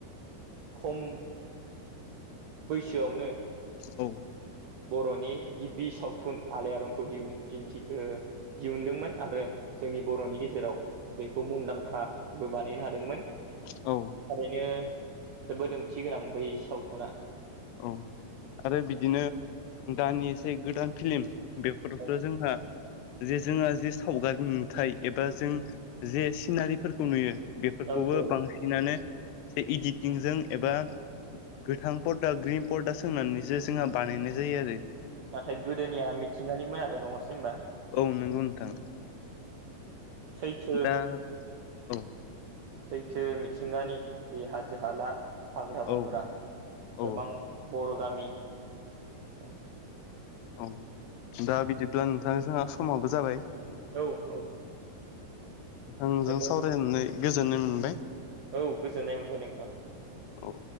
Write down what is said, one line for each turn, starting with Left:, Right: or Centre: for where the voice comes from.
Right: खम बैसोआवनो
Left: औ
Right: बर'नि गिबि सावथुन आलायारनखौ दिहुन दिन्थि दिहुनदोंमोन आरो जोंनि बर'नि गेजेराव बेखौ मुंदांखाबो बानायनो हादोंमोन
Left: औ
Right: थारैनो जोबोद ओंथि गोनां बै सावथुना
Left: औ आरो बिदिनो दानि एसे गोदान फिल्म बेफोबोथ'
Right: औ
Left: जोंहा जे जोंहा जे सावगारि नुथाय एबा जों जे सिनारिफोरखौ नुयो बेफोरखौबो
Right: औ औ
Left: बांसिनानो ए इदििटिंजों एबा गोथांफोर ग्रिन बर्डआ सोंनानैसो जोंहा बानायनाय जायो आरो
Right: नाथाय गोदोनिया मिथिंगानिमोन आरो नङासै होनबा
Left: औ नोंगौ नोंथां
Right: सैथो
Left: दा औ
Right: सैथो मिथिंगानि जि हाजो हालाऔद हाग्रा बंग्रा
Left: औ औ
Right: गोबां बर' गामि औ
Left: औ दा बिदिब्ला नोंथांजोंहा समावो जाबाय
Right: औ औ
Left: औ नोंजों
Right: जोबोद
Left: सावरायनानै गोजोननाय मोनबाय
Right: औ गोजोननाय मोनबाय नोंथा
Left: औ